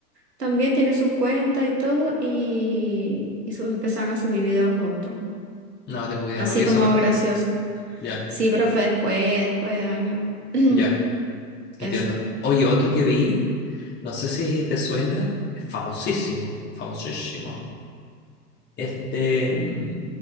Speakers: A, on the right (about 80°); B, on the left (about 20°).
A: también tiene su cuenta y todo y, y su- empezaron a subir videos juntos,
B: No tengo idea,
A: así
B: no vi esa
A: como
B: parte.
A: gracioso.
B: Ya,
A: Sí, pero fue después, después de años. <clears throat>
B: ya.
A: Eso.
B: Entiendo. Oye, otro que vi, no sé si te suena, es famosísimo, famosísimo. Este, mm,